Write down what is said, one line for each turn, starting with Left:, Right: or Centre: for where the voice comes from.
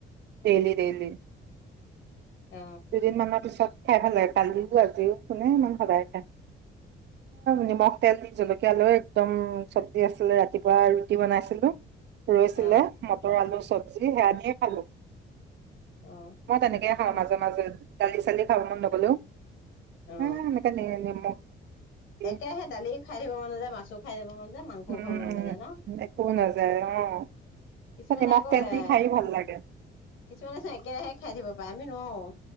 Right: Daily daily.
Left: অ
Right: দুদিন মানৰ পিছত খাই ভাল লাগে, কালিও আজিও শুনে ইমান সদায় খায়, নিমখ তেল দি জলকীয়া লৈ একদম চব্জি আছিলে ৰাতিপুৱা ৰুটি বনাইছিলো। ৰৈছিলে
Left: অ
Right: মটৰ আলু চব্জি সেয়া দিয়ে খালো।
Left: অ
Right: মই তেনেকে খাওঁ
Left: খাব
Right: মাজে দালি চালি খাব মন নগলেও।
Left: অ
Right: এ এনেকে নি- নিমখ দি
Left: একেৰাহে দালিও খাই থাকিব মন নাযায় মাছো খাই <unintelligible> মাংস
Right: উম,
Left: খাব মন নাযায় ন?
Right: উম, একো নাযায় অ',
Left: কিছুমানে
Right: নিমখ-তেল
Left: আকৌ এ
Right: দি খায়ো ভাল লাগে।
Left: কিছুমানে চ একেৰাহে খাই থিব আমি নোৱাৰোঁ।